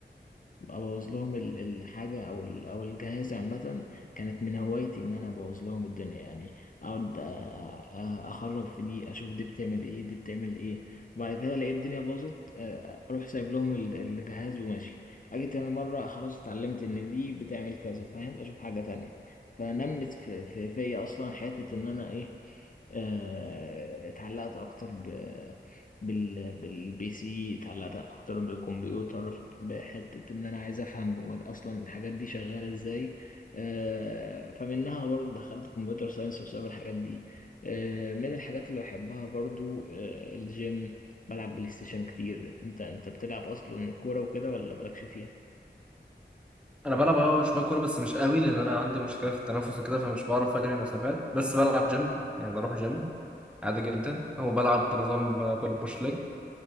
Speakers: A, on the left; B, in the centre.
A: ابوظ لهم ال- الحاجه او ال- او الجهاز عامه كانت من هوايتي ان انا ابوظ لهم الدنيا يعني اقعد أ- أ- اخرب في دي اشوف دي بتعمل ايه دي بتعمل ايه وبعد كده الاقي الدنيا باظت آه، اروح سايب لهم ال- الجهاز وماشي اجي تاني مره خلاص اتعلمت ان دي بتعمل كذا فاهم اشوف حاجه تانية فنمت في في فيا اصلا حته ان انا ايه آه، اتعلقت اكتر بال بالبي سي اتعلقت اكتر بالكمبيوتر بحته ان انا عايز افهم هو اصلا الحاجات دي شغاله ازاي آه، فمنها برضه دخلت كمبيوتر ساينس بسبب الحاجات دي آه، من الحاجات اللي بحبها برضه آه، الجيم بلعب بلاي ستيشن كتير انت انت بتلعب اصلا كوره وكده ولا مالكش فيها
B: انا بلعب اه شويه كوره بس مش قوي لان انا عندي مشكله في التنفس وكده فمش بعرف اجري مسافات بس بلعب جيم يعني بروح جيم عادي جدا وبلعب بنظام ب- بول بوش ليج